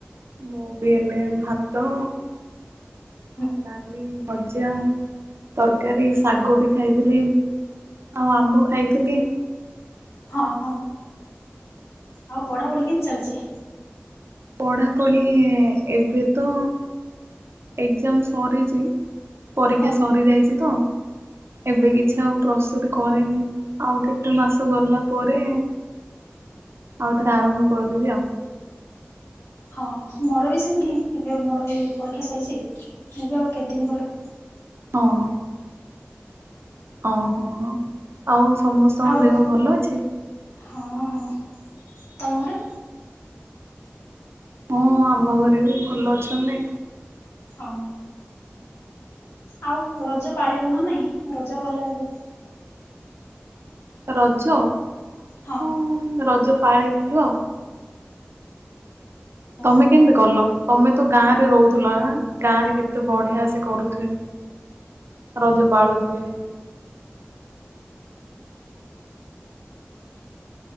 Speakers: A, on the right; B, on the left.
A: ମୁଁ ବି ହେଲେ ଭାତ।
B: ହୁଁ।
A: ଆଉ ଡାଲି ଭଜା। ତରକାରୀ ଶାଗ ବି ଖାଇଥିଲି ଆଉ ଆମ୍ବ ଖାଇଥିଲି।
B: ହଁ ହଁ। ଆଉ ପଢାପଢି କେମତି ଚାଲିଛି।
A: ପଢ଼ାପଢ଼ି ଏବେ ତ ଏକ୍ଜାମ ସରିଛି। ପରୀକ୍ଷା
B: ହଁ
A: ସରି ଯାଇଛି ତ। ଏବେ କିଛି ଆଉ ପ୍ରସ୍ତୁତି କରିନି ଆଉ କେତେ ମାସ ଗଲା ପରେ। ଆଉଥରେ ଆରମ୍ଭ କରିବି ଆଉ।
B: ହଁ ମୋର ବି ସେମିତି ଏବେ ମୋର ବି ପରୀକ୍ଷା ସରିଛି ମୁଁ ବି ଆଉ କେତେ ଦିନ ପରେ।
A: ହଁ। ଓ ହୋ ହୋ ଆଉ ସମସ୍ତଙ୍କ
B: ଆଉ
A: ଦେହ ଭଲ ଅଛି।
B: ହଁ ହଁ ତମ ଘରେ।
A: ହଁ ଆମ ଘରେ ବି ଭଲ ଅଛନ୍ତି।
B: ହଁ ଆଉ ରଜ ପାଳିଲ ନା ନାଇଁ ରଜ ଗଲା ଏବେ।
A: ରଜ।
B: ହଁ।
A: ଉଁ ରଜ ପାଳିଇଥିଲୁ ଆଉ।
B: ହଁ।
A: ତମେ କେମିତି କଲ ତମେ ତ ଗାଁରେ ରହୁଥିଲ ନାଁ ଗାଁରେ କେତେ ବଢିଆ ସେ କରୁଥିବେ। ରଜ ପାଳୁଥିବେ।